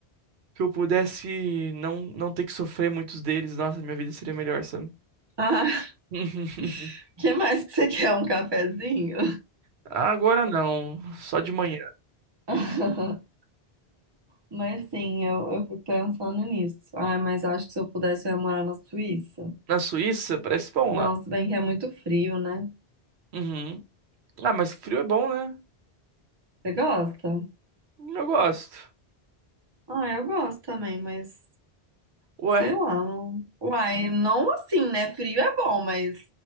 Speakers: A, on the right (about 80°); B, on the right (about 25°).
A: Que eu pudesse não, não ter que sofrer muitos deles. Nossa, minha vida seria melhor, sabe?
B: Ah,
A: <laughs>
B: <laughs> que mais que você quer? Um cafezinho?
A: Agora não. Só de manhã.
B: <laughs> Mas sim, eu, eu fico pensando nisso. Ai, mas eu acho que se eu pudesse, eu ia morar na Suíça.
A: Na Suíça, parece bom
B: Nossa,
A: lá.
B: bem que é muito frio, né?
A: Uhum. Ah, mas frio é bom, né?
B: Você gosta?
A: Eu gosto.
B: Ah, eu gosto também, mas
A: Ué,
B: sei lá. não- Uai, não assim, né? Frio é bom, mas